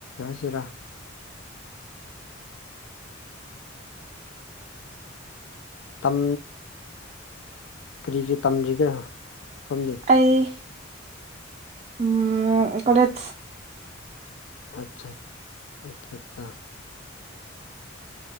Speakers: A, on the left; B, on the right.
A: ꯍꯥꯏꯁꯤꯔꯥ ꯇꯝ ꯀꯔꯤ ꯀꯔꯤ ꯇꯝꯔꯤꯒꯦ ꯁꯣꯝꯗꯤ
B: ꯑꯩ ꯎꯝ ꯀꯣꯂꯦꯖ
A: ꯑꯆꯥ ꯑ <inaudible>